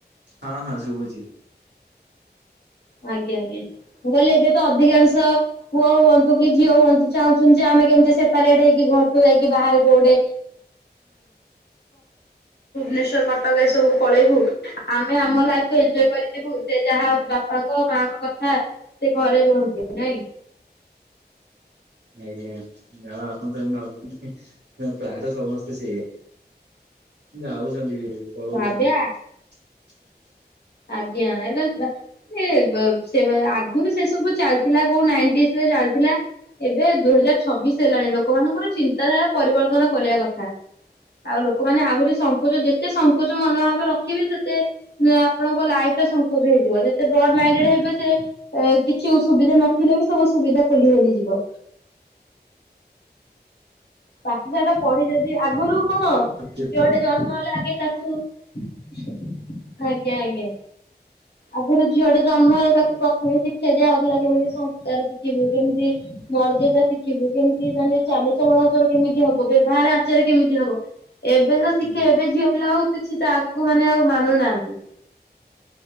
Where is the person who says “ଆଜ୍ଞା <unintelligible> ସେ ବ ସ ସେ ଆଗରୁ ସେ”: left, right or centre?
Left